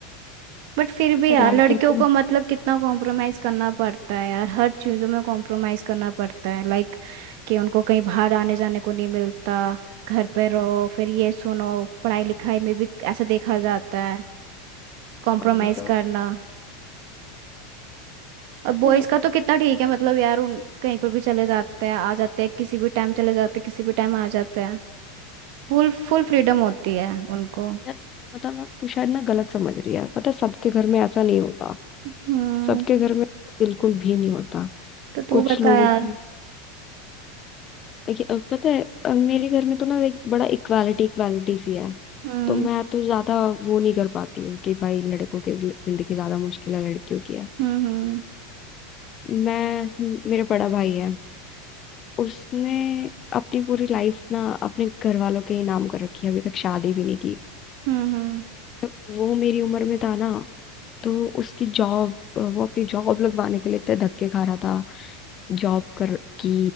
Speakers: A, on the right; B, on the left.
A: बट फिर भी
B: पर
A: यार
B: यार
A: लड़कियों
B: तेरे को
A: को मतलब कितना कॉम्प्रोमाइज करना पड़ता है यार हर चीजों में कॉम्प्रोमाइज करना पड़ता है लाइक कि उनको कहीं बाहर आने जाने को नहीं मिलता घर पे रहो फिर ये सुनो पढ़ाई लिखाई में भी ऐसा देखा जाता है कॉम्प्रोमाइज
B: और ये तो
A: करना और
B: पता
A: बॉयज
B: है
A: का तो कितना ठीक है मतलब यार उन कहीं पर भी चले जाते हैं आ जाते हैं किसी भी टाइम चले जाते हैं किसी भी टाइम आ जाते हैं फुल फुल फ्रीडम होती है उनको
B: यार मतलब ना तू शायद ना गलत समझ रही है पता है सबके घर में ऐसा नहीं होता
A: हम्म
B: सबके घर में बिल्कुल भी नहीं होता
A: तो तू
B: कुछ
A: बता
B: लोगों
A: यार
B: की देखिए, अ, पता है अ, मेरे घर में तो ना एक बड़ा इक्वालिटी इक्वालिटी सी है
A: हम्म
B: तो मैं तो ज्यादा वो नहीं कर पाती हूँ कि भाई लड़कों की जिंदगी ज्यादा मुश्किल है लड़कियों की है
A: हम्म हम्म
B: मैं मेरा बड़ा भाई है उसने अपनी पूरी लाइफ ना अपने घर वालों के ही नाम कर रखी है अभी तक शादी भी नहीं की
A: हम्म हम्म
B: जब वो मेरी उम्र में था ना तो उसकी जॉब वो अपनी जॉब लगवाने के लिए इतने धक्के खा रहा था जॉब कर की